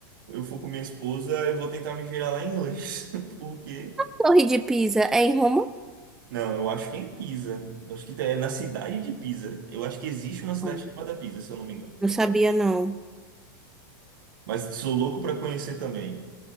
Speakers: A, on the right (about 65°); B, in the centre.
A: eu for com minha esposa, eu vou tentar me virar lá em inglês. <laughs> Porque.
B: Torre de Pisa é em Roma?
A: Não, eu acho que é em Pisa. Eu acho que é na cidade de Pisa. Eu acho que existe uma cidade
B: Oh,
A: chamada Pisa, se eu não me engano.
B: Não sabia, não.
A: Mas sou louco pra conhecer também.